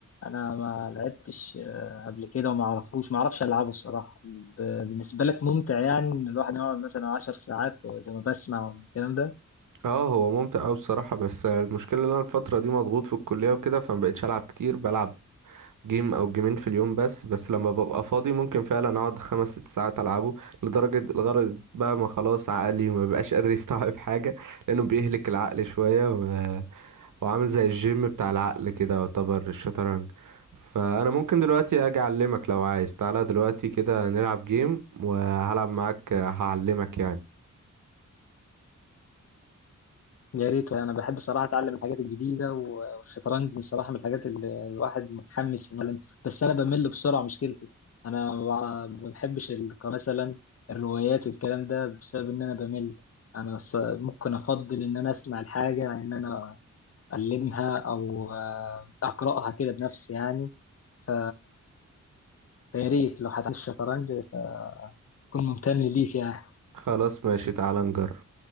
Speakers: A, on the left; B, on the right.
A: أنا ما لعبتش آه، قبل كده وما أعرفوش ما أعرفش ألعبه الصراحة ب- بالنسبة لك ممتع يعني إن الواحد يقعد مثلا عشر ساعات وزي ما بسمع والكلام ده
B: اه هو ممتع اوي بصراحة بس المشكلة ان انا الفترة دي مضغوط في الكلية وكده فمبقتش العب كتير بلعب جيم او جيمين في اليوم بس بس لما ببقى فاضي ممكن فعلا اقعد خمس ست ساعات العبه لدرجة الغرض بقى ما خلاص عقلي ما بقاش قادر يستوعب حاجة لانه بيهلك العقل شوية و... وعامل زي الجيم بتاع العقل كده يعتبر الشطرنج فانا ممكن دلوقتي اجي اعلمك لو عايز تعالى دلوقتي كده نلعب جيم وهلعب معاك هعلمك يعني
A: يا ريت والله انا بحب الصراحه اتعلم الحاجات الجديده و- والشطرنج الصراحه من الحاجات اللي الواحد متحمس انه يتعلم بس انا بمل بسرعه مشكلتي انا ما ب- ما بحبش ال- مثلا الروايات والكلام ده بسبب ان انا بمل انا الص- ممكن افضل ان انا اسمع الحاجه عن ان انا المها او آه، اقراها كده بنفسي يعني ف فيا ريت لو هتعلم الشطرنج فكون ممتن ليك يعني
B: خلاص ماشي تعالى نجرب